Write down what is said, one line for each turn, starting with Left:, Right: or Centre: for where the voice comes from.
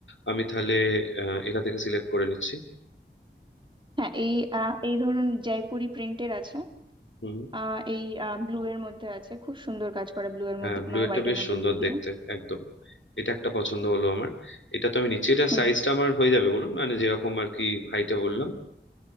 Left: আমি তাহলে আহ, এটা থেকে সিলেক্ট করে নিচ্ছি
Right: হ্যাঁ এই আহ, এই ধরুন জয়পুরি প্রিন্টের আছে
Left: হুম
Right: আহ, এই ব্লু এর মধ্যে আছে খুব সুন্দর কাজ করা ব্লু এর
Left: হ্যাঁ
Right: মধ্যে
Left: ব্লু
Right: মানে
Left: এটা
Right: হোয়াইট
Left: বেশ
Right: এর মধ্যে
Left: সুন্দর
Right: ব্লু দিয়ে
Left: দেখতে একদম এটা একটা পছন্দ হলো আমার এটা তো আমি নিচ্ছি এটা
Right: হুম
Left: সাইজটা আমার হয়ে যাবে বলুন মানে যেরকম আর কি হাইটে বললাম